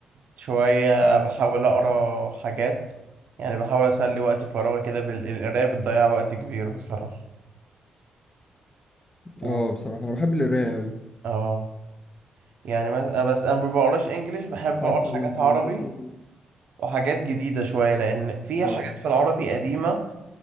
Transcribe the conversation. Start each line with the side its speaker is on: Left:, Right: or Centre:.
Right: شوية
Left: مم.
Right: بحاول أقرأ حاجات يعني بحاول أسلي وقت فراغي كده بالقراية بتضيع وقت كبير بصراحة و...
Left: اه بصراحة انا بحب القراية أوي
Right: اه يعني مس- آه، بس انا ما بقراش انجليش بحب
Left: حتى
Right: اقرا حاجات
Left: لما
Right: عربي
Left: مثلا
Right: وحاجات جديدة شوية لأن في
Left: اه
Right: حاجات في العربي قديمة